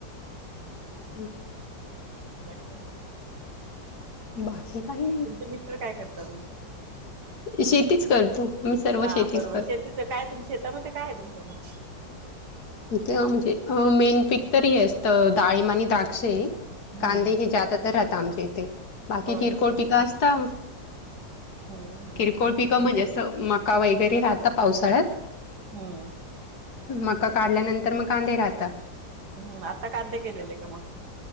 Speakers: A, on the left (about 60°); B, on the right (about 65°).
A: हम्.
B: बाकी??
A: बाकी काही नाही.
B: तुमचे मिस्टर काय करतात मग??
A: शेतीच करतो. आम्ही सर्व
B: हा बरोबर
A: करतो.
B: शेतीच काय त शेतामध्ये काय आहे तुमच्या मग??
A: इथं म्हणजे मेन पीक तरी हे असतं डाळिंब आणि द्राक्षे.
B: हम्म
A: कांदे हे जादा तर राहत आमच्या इथे बाकी
B: हो
A: किरकोळ
B: ना
A: पिक असतं.
B: हम्म हम्म
A: किरकोळ
B: हम्म
A: पिकं म्हणजे असं मका वगैरे राहता पावसाळ्यात.
B: हम्म.
A: मका काढल्यानंतर मग कांदे राहता.
B: हम्म आता कांदे केलेले आहे का मग??